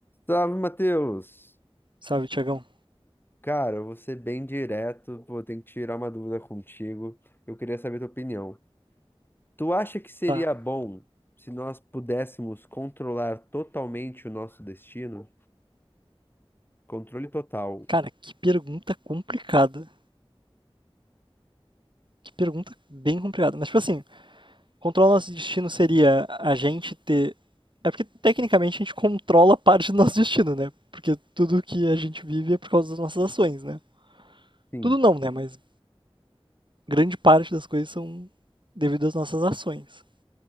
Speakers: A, on the left (about 20°); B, on the right (about 55°).
A: Salve, Matheus!
B: Salve, Tiagão.
A: Cara, eu vou ser bem direto, vou ter que tirar uma dúvida contigo. Eu queria saber tua opinião. Tu acha que seria
B: Tá.
A: bom se nós pudéssemos controlar totalmente o nosso destino? Controle total.
B: Cara, que pergunta complicada. Que pergunta bem complicada. Mas, tipo assim, controlar nosso destino seria a gente ter. É porque, tecnicamente, a gente controla parte do nosso destino, né? Porque tudo que a gente vive é por causa das nossas ações, né?
A: Sim.
B: Tudo não, né? Mas grande parte das coisas são devido às nossas ações.